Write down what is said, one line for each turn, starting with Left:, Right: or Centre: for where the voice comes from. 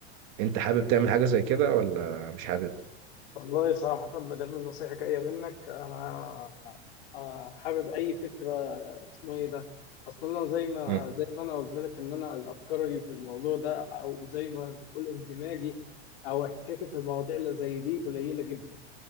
Right: انت حابب تعمل حاجة زي كده ولا مش حابب؟
Left: والله صراحه ما دام النصيحه جايه منك انا آه، حابب اي فكره آه، اسمه ايه ده اصلا انا زي ما
Right: مم.
Left: زي ما انا قلت لك ان انا الافكار في الموضوع ده او زي ما بتقول اندماجي او احتكاكي في المواضيع اللي زي دي قليله جدا